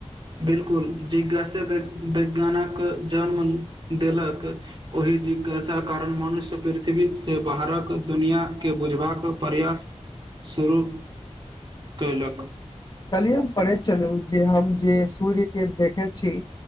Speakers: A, on the right; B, on the left.
A: बिलकुल जिज्ञासा वैज्ञानक जन्म देलक। ओहि जिज्ञासा कारण मनुष्य पृथ्वी से बाहरक दुनिआ के बुझबाक प्रयास शुरू कयलक।
B: कहलिय हम पढ़ैत छलू जे हम जे सूर्य के देखे छी